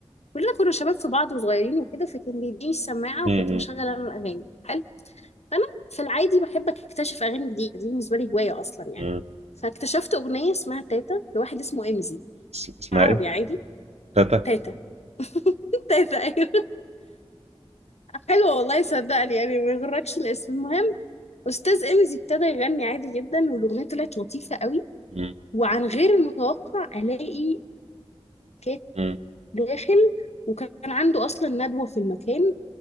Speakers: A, on the left (about 85°); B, on the right (about 80°).
A: كلنا كنا شباب في بعض وصغيرين وكده فكان بيديني السماعه
B: مم.
A: وكنت بشغل انا الاغاني حلو فانا في العادي بحب اكتشف اغاني جديده دي بالنسبه لي هوايه اصلا يعني
B: مم.
A: فاكتشفت اغنيه اسمها تاتا لواحد اسمه امزي
B: اس- اسمها
A: عربي
B: ايه؟
A: عادي
B: تاتا
A: تاتا <laughs> تاتا ايوه حلو والله صدقني يعني ما يغركش الاسم المهم استاذ امزي ابتدى يغني عادي جدا والاغنيه طلعت لطيفه قوي
B: مم.
A: وعن غير المتوقع الاقي كات
B: مم.
A: داخل وكان عنده اصلا ندوه في المكان